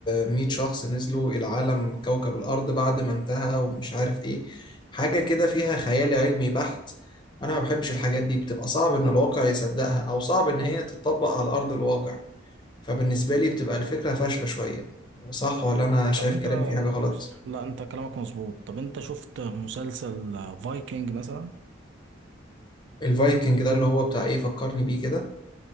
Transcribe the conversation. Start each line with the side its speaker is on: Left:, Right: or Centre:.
Left: 100 شخص نزلوا العالم كوكب الارض بعد ما انتهى ومش عارف ايه حاجه كده فيها خيال علمي بحت انا ما بحبش الحاجات دي بتبقى صعب ان الواقع يصدقها او صعب ان هي تتطبق على ارض الواقع فبالنسبه لي بتبقى الفكره فاشله شويه صح ولا انا شايف
Right: طب انت
Left: كلامي فيه حاجه غلط
Right: لا انت كلامك مظبوط طب انت شفت مسلسل فايكنج مثلا
Left: الفايكنج ده اللي هو بتاع ايه فكرني بيه كده